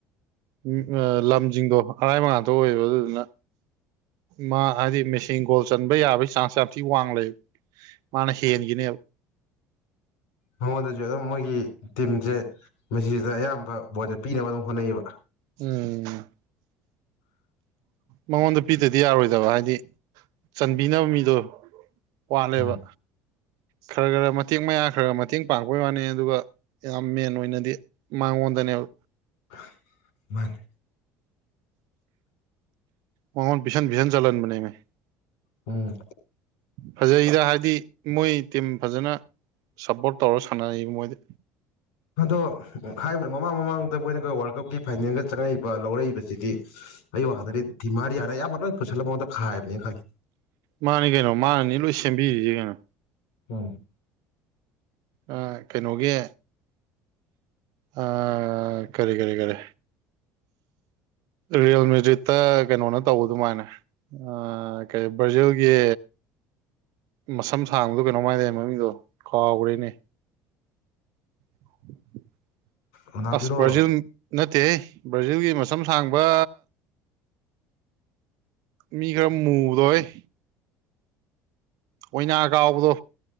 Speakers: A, on the right; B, on the left.
A: ꯎꯝ ꯑ ꯂꯝꯖꯤꯡꯗꯣ ꯑꯔꯥꯏꯕꯉꯥꯛꯇ ꯑꯣꯏꯌꯦꯕ ꯑꯗꯨꯗꯨꯅ ꯃꯥ ꯍꯥꯏꯗꯤ ꯃꯦꯁꯤ ꯒꯣꯜ ꯆꯟꯕ ꯌꯥꯕꯒꯤ ꯆꯥꯟꯁ ꯌꯥꯝ ꯊꯤ ꯋꯥꯡ ꯂꯩ ꯃꯥꯅ ꯍꯦꯟꯒꯤꯅꯦꯕ
B: ꯃꯉꯣꯟꯗꯁꯨ ꯑꯗꯨꯝ ꯃꯣꯏꯒꯤ ꯇꯤꯝꯖꯦ ꯃꯦꯁꯤꯗ ꯑꯌꯥꯝꯕ ꯕꯣꯜꯁꯦ ꯄꯤꯅꯕ ꯑꯗꯨꯝ ꯍꯣꯠꯅꯩꯌꯦꯕ
A: ꯎꯝ ꯃꯉꯣꯟꯗ ꯄꯤꯗꯗꯤ ꯌꯥꯔꯣꯏꯗꯕ ꯍꯥꯏꯗꯤ ꯆꯟꯕꯤꯅꯕ ꯃꯤꯗꯣ ꯋꯥꯠꯂꯦꯕ
B: ꯎꯝ
A: ꯈꯔ ꯈꯔ ꯃꯇꯦꯛ ꯃꯌꯥ ꯈꯔ ꯈꯔ ꯃꯇꯦꯡ ꯄꯥꯡꯕꯩ ꯋꯥꯅꯤ ꯑꯗꯨꯒ ꯌꯥꯝ ꯃꯦꯟ ꯑꯣꯏꯅꯗꯤ ꯃꯉꯣꯟꯗꯅꯦꯕ
B: ꯍꯥ ꯃꯥꯅꯦ
A: ꯃꯉꯣꯟ ꯄꯤꯁꯟ ꯄꯤꯁꯟ ꯆꯟꯍꯟꯕꯅꯦꯃꯦ
B: ꯎꯝ
A: ꯐꯖꯩꯗ ꯍꯥꯏꯗꯤ ꯃꯣꯏ ꯇꯤꯝ ꯐꯖꯅ ꯁꯞꯄꯣꯔꯠ ꯇꯧꯔ ꯁꯥꯟꯅꯩ ꯃꯣꯏꯗꯤ
B: ꯑꯗꯣ ꯍꯥꯏꯕꯗꯤ ꯃꯃꯥꯡ ꯃꯃꯥꯡꯗ ꯃꯣꯏꯅꯒ ꯋꯥꯔꯜ ꯀꯞꯀꯤ ꯐꯥꯏꯅꯦꯜꯒ ꯆꯪꯉꯛꯏꯕ ꯂꯧꯔꯛꯏꯕꯁꯤꯗꯤ ꯑꯩ ꯋꯥꯈꯜꯗꯗꯤ ꯗꯤꯃꯥꯔꯤꯌꯥꯅ ꯑꯌꯥꯝꯕ ꯂꯣꯏ ꯄꯨꯁꯜꯂ ꯃꯉꯣꯟꯗ ꯈꯥꯏꯕꯅꯦꯅ ꯈꯜꯂꯤ
A: ꯃꯥꯅꯤ ꯀꯩꯅꯣ ꯃꯥꯅꯅꯤ ꯂꯣꯏ ꯁꯦꯝꯕꯤꯔꯤꯁꯦ ꯀꯩꯅꯣ
B: ꯎꯝ
A: ꯑꯥ ꯀꯩꯅꯣꯒꯤ ꯑꯥ ꯀꯔꯤ ꯀꯔꯤ ꯀꯔꯤ ꯔꯤꯌꯦꯜ ꯃꯦꯗ꯭ꯔꯤꯠꯇ ꯀꯩꯅꯣꯅ ꯇꯧꯕ ꯑꯗꯨꯃꯥꯏꯅ ꯑꯥ ꯀꯔꯤ ꯕ꯭ꯔꯥꯖꯤꯜꯒꯤ ꯃꯁꯝ ꯁꯥꯡꯕꯗꯣ ꯀꯩꯅꯣꯝ ꯍꯥꯏꯗꯥꯏꯅꯦ ꯃꯃꯤꯡꯗꯣ ꯀꯥꯎꯒ꯭ꯔꯦꯅꯦ <inaudible>
B: ꯔꯣꯅꯥꯜꯗꯤꯅꯣꯔꯣ
A: ꯑꯁ ꯕ꯭ꯔꯥꯖꯤꯜ ꯅꯠꯇꯦꯍꯦ ꯕ꯭ꯔꯥꯖꯤꯜꯒꯤ ꯃꯁꯝ ꯁꯥꯡꯕ ꯃꯤ ꯈꯔ ꯃꯨꯕꯗꯣꯍꯩ ꯑꯣꯏꯅꯥ ꯀꯥꯎꯕꯗꯣ